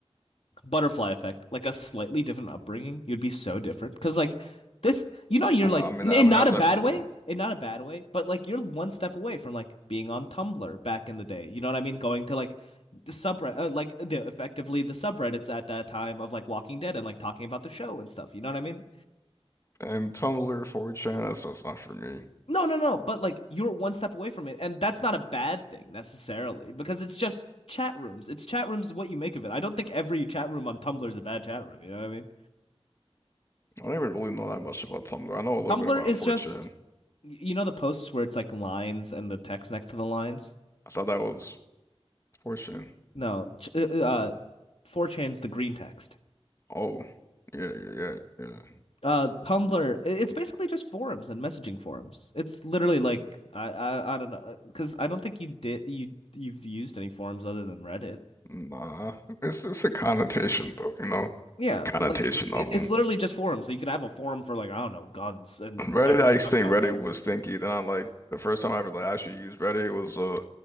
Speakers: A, on the left; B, on the left.
A: butterfly effect, like a slightly different upbringing, you'd be so different. Because like this, you know, you're
B: I'm,
A: like
B: I mean,
A: in
B: I
A: in
B: mean
A: not
B: that's
A: a bad
B: everyone.
A: way, in not a bad way, but like you're one step away from like being on Tumblr back in the day. You know what I mean? Going to like the subreddit, uh, like the effectively the subreddits at that time of like Walking Dead and like talking about the show and stuff. You know what I mean?
B: And Tumblr, 4chan, that's that's not for me.
A: No, no, no. But like you're one step away from it, and that's not a bad thing necessarily because it's just. Chat rooms. It's chat rooms, what you make of it. I don't think every chat room on Tumblr is a bad chat room. You know what I mean?
B: I don't even really know that much about Tumblr. I know a little
A: Tumblr
B: bit about
A: is
B: 4chan.
A: just you know the posts where it's like lines and the text next to the lines?
B: I thought that was 4chan.
A: No, ch- uh, uh, 4chan's the green text.
B: Oh, yeah, yeah, yeah, yeah.
A: Uh, Tumblr, it's basically just forums and messaging forums. It's literally like I I, I don't know because I don't think you did you you've used any forums other than Reddit.
B: Nah, it's it's a connotation though, you know.
A: Yeah,
B: It's a connotation
A: but like it,
B: of
A: it's
B: them.
A: literally just forums. So you could have a forum for like I don't know guns and
B: Reddit,
A: everyone
B: I used
A: talks
B: to think
A: about
B: Reddit
A: guns.
B: was stinky. Then I like the first time I ever like actually used Reddit was uh